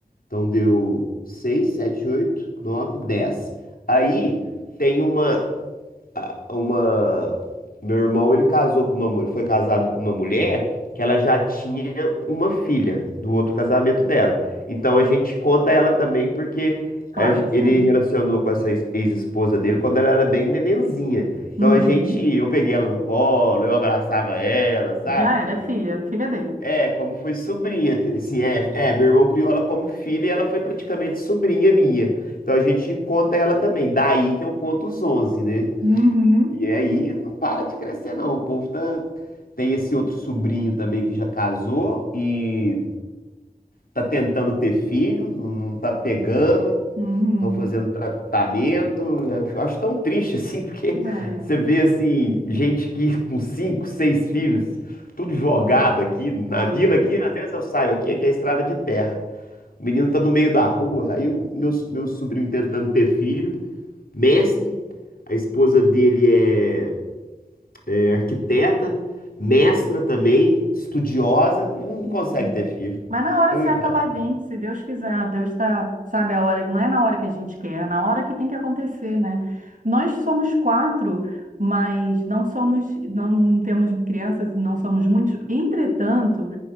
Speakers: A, on the left; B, on the right.
A: Então deu seis, sete, oito, nove, dez. Aí tem uma. a- uma. Meu irmão, ele casou com uma, mu- ele foi casado com uma mulher que ela já tinha uma filha do outro casamento dela. Então a gente conta ela também porque
B: Claro
A: a ge-
B: que
A: ele
B: sim.
A: relacionou com essa ex- ex-esposa dele quando ela era bem nenenzinha. Então
B: Uhum.
A: a gente, eu peguei ela no colo, eu abraçava ela, sabe?
B: Já era, é filha, filha dele.
A: É, como foi sobrinha, assim, é, é, meu irmão criou ela como filha e ela foi praticamente sobrinha minha. Então a gente conta ela também. Daí que eu conto os onze né?
B: Uhum,
A: E aí não para de crescer, não. O povo tá... tem esse outro sobrinho também que já casou e tá tentando ter filho, não não tá pegando,
B: uhum.
A: estão fazendo tratamento. Eu acho tão triste assim, <laughs> porque
B: É,
A: você vê assim, gente que com cinco, seis filhos, tudo jogado aqui na
B: coisa.
A: vila, aqui às vezes eu saio aqui, aqui é estrada de terra. O menino tá no meio da rua, aí o meu, meu sobrinho tentando ter filho, mestre, a esposa dele é é arquiteta, mestra também, estudiosa, e não
B: Uhum.
A: consegue ter filho.
B: Mas na hora
A: Eu-
B: certa
A: Tá
B: vai
A: doido.
B: vir, se Deus quiser. Deus tá, sabe, a hora, não é na hora que a gente quer, é na hora que tem que acontecer, né? Nós somos quatro, mas não somos, não temos crianças, não somos muitos. Entretanto,